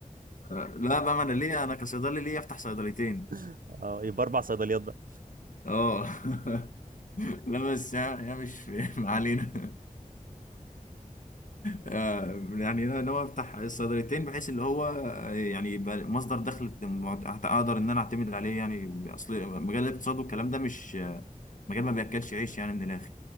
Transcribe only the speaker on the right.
<laughs> اه يبقى اربع صيدليات بقى